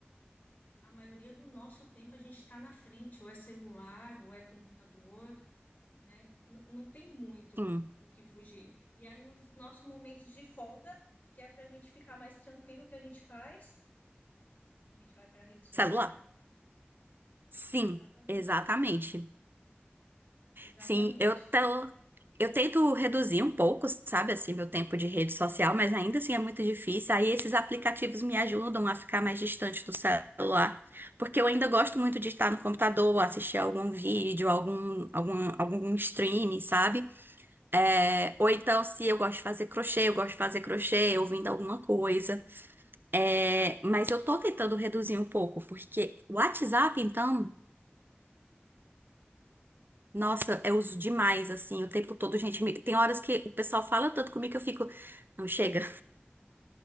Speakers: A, on the left; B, on the right.
A: A maioria do nosso tempo a gente está na frente, ou é celular, ou é computador, né? N- não tem muito
B: Hum,
A: o que fugir. E aí, nos nossos momentos de folga, que é para a gente ficar mais tranquilo, o que a gente faz? A gente vai para a rede social.
B: celular? Sim,
A: Exatamente
B: exatamente.
A: isso. Exatamente.
B: Sim, eu tô. Eu tento reduzir um pouco, sabe, assim, meu tempo de rede social, mas ainda assim é muito difícil. Aí esses aplicativos me ajudam a ficar mais distante do celular, porque eu ainda gosto muito de estar no computador, assistir algum vídeo, algum, algum, algum streaming, sabe? É, ou então, se eu gosto de fazer crochê, eu gosto de fazer crochê, ouvindo alguma coisa. É, mas eu tô tentando reduzir um pouco, porque o WhatsApp, então. Nossa, eu uso demais, assim, o tempo todo, gente. me- Tem horas que o pessoal fala tanto comigo que eu fico. Não, chega.